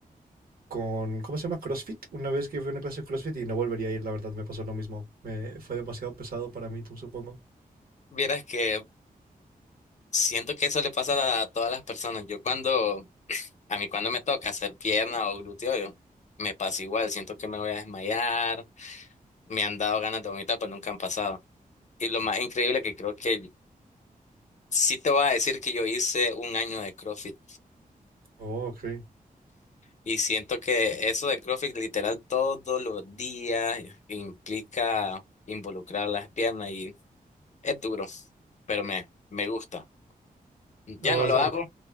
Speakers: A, on the right; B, on the left.
A: con, ¿cómo se llama? CrossFit. Una vez que fui a una clase de CrossFit y no volvería a ir, la verdad, me pasó lo mismo. Me, fue demasiado pesado para mí, tú supongo.
B: Vieras que siento que eso le pasa a todas las personas. Yo cuando, a mí cuando me toca hacer pierna o glúteo, yo me pasa igual, siento que me voy a desmayar, me han dado ganas de vomitar, pero nunca han pasado. Y lo más increíble que creo que sí te voy a decir que yo hice un año de CrossFit
A: Oh, ok.
B: y siento que eso de CrossFit literal todos los días implica involucrar las piernas y es duro, pero me, me gusta. Ya
A: O
B: no lo
A: sea,
B: hago,